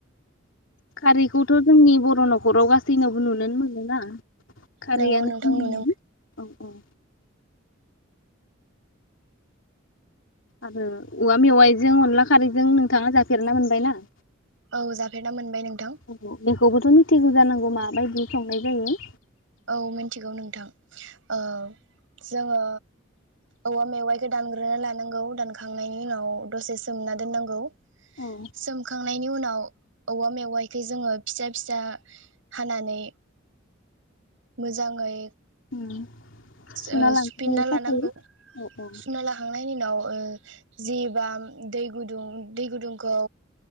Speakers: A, on the left; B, on the right.
A: खारैखौथ' जोंनि बर' न'खराव गासैनावबो नुुनोनो मोनोना। खारै
B: नंगौ
A: यानो
B: नोंथां नुनो
A: औ औ। आरो औवा मेवाइजों अनला खारैजों नोंथाङा जाफेरना मोनबायना?
B: औ जाफेरना मोनबाय नोंथां?
A: औ बेखौबोथ' मिथिगौ जानांगौ माबायदि संनाय जायो?
B: औ मिथिगौ नोंथां अ जोङो औवा मेवाइखौ दानग्रोना लानांगौ दानखांनायनि उनाव दसे सोमना दोननांगौ।
A: औ
B: सोमखांनायनि उनाव औवा मेवायखौ जोङो फिसा फिसा हानानै मोजाङै।
A: उम सुना
B: ओ
A: लानाय
B: स-सुफिन्ना
A: जायो साफायै
B: लानांगो,
A: औ औ
B: सुना लाखांनायनि उनाव ओ जि बाम दै गुदुं दै गुदुंखौ